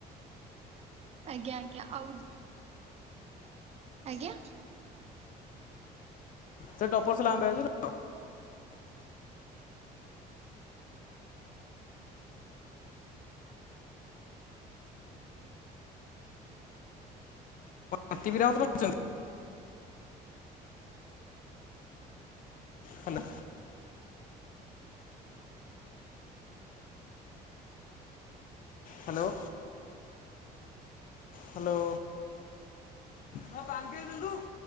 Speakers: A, on the right; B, on the left.
A: ଆଜ୍ଞା ଆଜ୍ଞା ଆଉ ଆଜ୍ଞା।
B: ସେ ଟପର ଥିଲା ଆମ ବ୍ୟାଚର୍। ହାତୀବିରା <unintelligible> ଚନ୍ତି। Hello hello. ହ୍ୟାଲୋ ହଁ ପାଣି ଦେଲୁ।